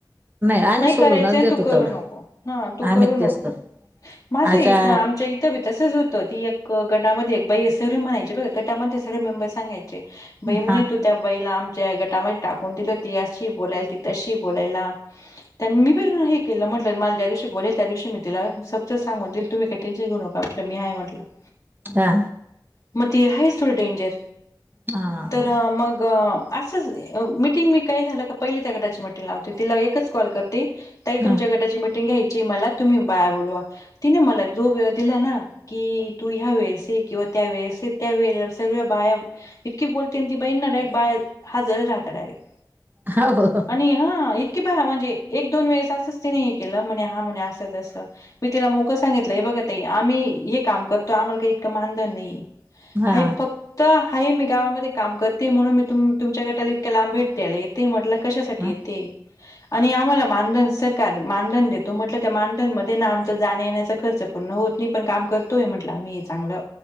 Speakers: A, on the right; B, on the left.
A: आम्ही
B: नाही
A: सोडूनच
B: करायचं नं,
A: देतो
B: तू करू
A: तेवढं
B: नको, ह, तू
A: आम्ही
B: करू
A: तेच
B: नको.
A: करतो
B: माझ्या
A: अच्छा
B: इथं, आमच्या इथं बी तसच होतं, ती एक गटामध्ये एक बाईये, सर्वे म्हणायची. बघा गटामध्ये सर्व मेंबर सांगायचे बाई म्हणे,
A: हा
B: तू त्या बाईला आमच्या गटामध्ये टाकून दिलं. ती अशी बोलायला, ती तशीये बोलायला त्यांन मी पण हे तिला म्हटलं, मला ज्या दिवशी बोलेल, त्या दिवशी मी तीला सपशेल सांगून देइल. तुम्ही काय टेन्शन घेऊ नका म्हटलं. मी आहे म्हटलं. <inaudible>
A: हा.
B: मग ती हायस थोडी डेंजर.
A: हा
B: तर मग असंच मिटिंग, मी काय झालं का, पहिली त्या गटाची मिटिंग लावते. तिला एकच कॉल करते ताई,
A: हा
B: तुमच्या गटाची मिटिंग घ्यायचीये मला, तुम्ही बाया बोलवा. तिने मला जो वेळ दिला ना, की तू ह्या वेळेस येकिंवा त्या वेळेस ये. त्या वेळे सर्व बाया इतकि बोलते ना ती बाईना, डायरेक्ट बाया हाजरच राहता डायरेक्ट.
A: हा, हो, हो.
B: आणि हा इतकीे भया म्हणजे एक दोन वेळेस असंच तिने हे केलं. म्हणे हा म्हणे असं तसं मी तिला मोकंळं सांगितलं, हे बघा ताई, आम्ही हे काम करतो, आम्हाला काही इतकं मानधन नाहीये.
A: हा
B: हाये फक्त हाये मी गावामध्ये काम करतेये म्हणून मी तुम तुमच्या गटाला इतक्याल लांब भेटायला येते. म्हटलं कशासाठी
A: हा
B: येतेये. आणि आम्हाला मानधन सरकार मानधन देतो म्हटलं, त्या मानधनमधे ना आमचा जाण्या येण्याचा खर्च पूर्ण होत नही, पण काम करतोय म्हटलं आम्ही चांगलं